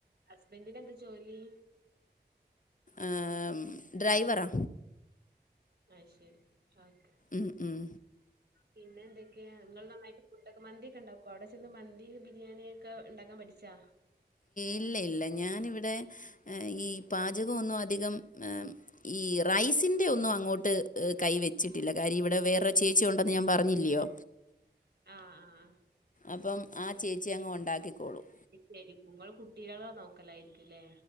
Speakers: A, on the right (about 75°); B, on the left (about 50°).
A: ഹസ്ബന്റിന് എന്താ ജോലി
B: ആഹ് ഡ്രൈവറാ
A: അഹ് ശരി ഓക്കെ
B: ഉം ഉം
A: പിന്നെ എന്തൊക്കെയാ നിങ്ങൾ നന്നായിട്ട് ഫുഡൊക്കെ മന്തി ഒക്കെ ഉണ്ടാക്കോ അവിടെ ചെന്ന് മന്തി ബിരിയാണി ഒക്കെ ഉണ്ടാക്കാൻ പഠിച്ചാ
B: ഇല്ല ഇല്ല ഞാനിവിടെ ഈ പാചകം ഒന്നും അധികം ഏഹ് ഈ റൈസിന്റെ ഒന്നും അങ്ങോട്ട് കൈ വെച്ചിട്ടില്ല കാര്യം ഇവിടെ വേറൊരു ചേച്ചി ഉണ്ടെന്ന് ഞാൻ പറഞ്ഞില്ലിയോ
A: ആഹ് ആഹ് ആഹ്.
B: അപ്പം ആ ചേച്ചി അങ്ങ് ഉണ്ടാക്കിക്കോളും
A: നെരിക്കുംപോൾ കുട്ടികളെ നോക്കലായിരിക്കുംല്ലേ